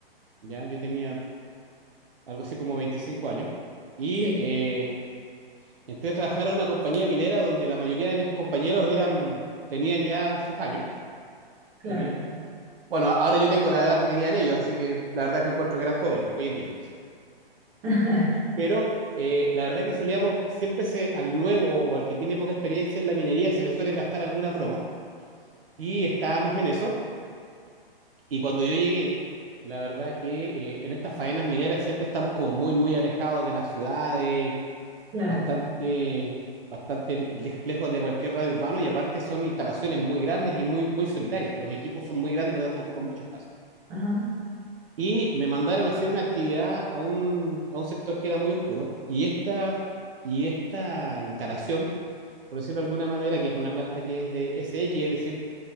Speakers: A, on the right; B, on the right.
A: ya yo tenía algo así como 25 años, y
B: Sí,
A: eh, Entré a trabajar a una compañía minera donde la mayoría de mis compañeros eran, tenían ya sus años,
B: claro.
A: tenían, bueno, ahora yo tengo la edad que tenían ellos, así que la verdad que encuentro que eran jóvenes hoy en día.
B: <laughs>
A: Pero eh, la verdad que solíamos, siempre se, al nuevo o al que tiene poca experiencia en la minería se le suelen gastar algunas bromas y estábamos en eso. Y cuando yo llegué, la verdad que eh, en estas faenas mineras siempre estamos como muy, muy alejados de las ciudades,
B: Claro.
A: bastante, bastante lej- lejos de cualquier radio urbano y aparte son instalaciones muy grandes y muy, muy solitarias. Los equipos son muy grandes, por lo tanto ocupan mucho espacio.
B: Ajá.
A: Y me mandaron a hacer una actividad a un, a un sector que era muy oscuro y esta, y esta instalación, por decirlo de alguna manera, que es una planta que es de S SX, es decir,